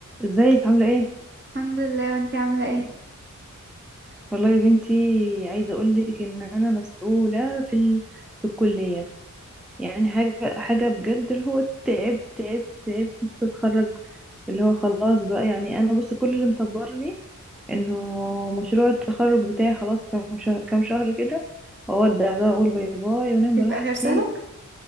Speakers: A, in the centre; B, on the right.
A: ازيك عاملة ايه؟
B: الحمد لله وانتي عاملة ايه؟
A: والله يا بنتي عايزة اقولك ان انا مسؤولة في ال... في الكلية يعني حاجة حاجة بجد اللي هو تعبت تعبت تعبت نفسي اتخرج اللي هو خلاص بقى يعني انا بص كل اللي مصبرني انه مشروع التخرج بتاعي خلاص كام شهر كام شهر كده اودع بقى اقول باي باي وانام براحتي
B: انتي في آخر سنة؟